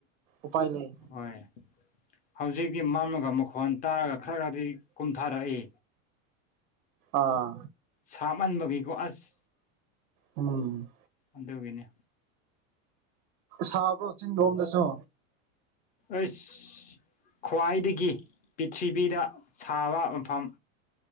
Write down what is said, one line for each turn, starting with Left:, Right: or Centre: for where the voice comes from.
Right: ꯎꯄꯥꯏ ꯂꯩ
Left: ꯍꯣꯏ ꯍꯧꯖꯤꯛꯇꯤ ꯃꯝꯂꯒ ꯃꯈꯣꯟꯜ ꯇꯥꯔꯒ ꯈꯔ ꯈꯗꯤ ꯀꯨꯝꯊꯥꯔꯛꯏ
Right: ꯑꯥ
Left: ꯁꯥꯃꯟꯕꯒꯤꯀꯣ ꯑꯁ
Right: ꯎꯝ
Left: ꯑꯗꯨꯒꯅꯦ
Right: ꯁꯥꯕ꯭ꯔꯣ ꯆꯤꯟ ꯔꯣꯝꯗꯁꯨ
Left: ꯑꯩꯈꯣꯏ ꯈ꯭ꯋꯥꯏꯗꯒꯤ ꯄꯤꯔꯤꯊꯤꯕꯤꯗ ꯁꯥꯕ ꯃꯐꯝ